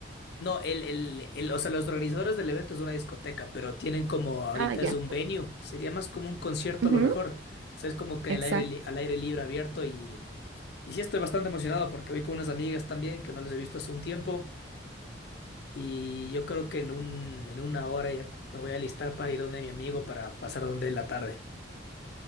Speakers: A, on the left; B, on the right.
A: No, el, el, el- o sea, los organizadores del evento es una discoteca, pero tienen como ahorita
B: Ah, ya.
A: es un venue, sería más como un concierto
B: Ujú,
A: a lo mejor. O sea, es como que
B: exacto.
A: el aire, li- al aire libre abierto y, y sí estoy bastante emocionado porque voy con unas amigas también que no les he visto hace un tiempo y yo creo que en un, en una hora ya me voy a alistar para ir donde mi amigo para pasar donde él la tarde.